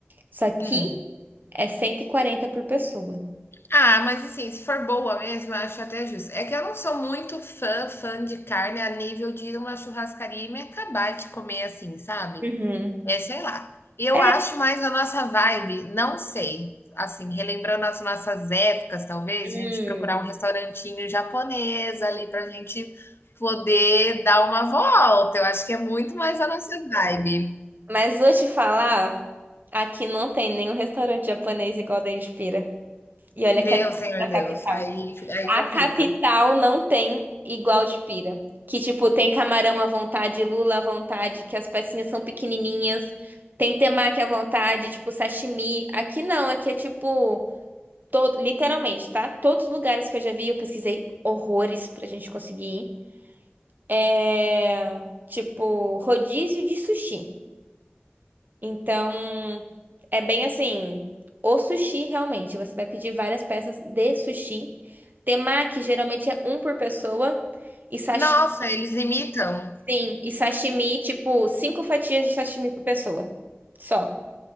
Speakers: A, on the right; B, on the left.
A: Isso aqui
B: Hum.
A: é cento e quarenta por pessoa.
B: Ah, mas assim, se for boa mesmo, eu acho até justo. É que eu não sou muito fã, fã de carne a nível de ir numa churrascaria e me acabar de comer assim, sabe?
A: Uhum.
B: É, sei lá. Eu
A: É.
B: acho mais a nossa vibe, não sei. Assim, relembrando as nossas épocas, talvez,
A: Hum.
B: a gente procurar um restaurantinho japonês ali pra gente poder dar uma volta. Eu acho que é muito mais a nossa vibe.
A: Mas vou te falar, aqui não tem nenhum restaurante japonês igual da Pira. E olha
B: Meu
A: que é
B: Senhor
A: da capital.
B: Deus, aí, aí
A: A
B: complica.
A: capital não tem igual de pira. Que, tipo, tem camarão à vontade, lula à vontade, que as pecinhas são pequenininhas. Tem temaki à vontade, tipo, sashimi. Aqui não, aqui é tipo... to- Literalmente, tá? Todos os lugares que eu já vi, eu pesquisei horrores pra gente conseguir ir. É... Tipo, rodízio de sushi. Então, é bem assim, o sushi realmente, você vai pedir várias peças de sushi. Temaki geralmente é um por pessoa e sashimi,
B: Nossa, eles imitam.
A: sim, e sashimi, tipo, cinco fatias de sashimi por pessoa. Só.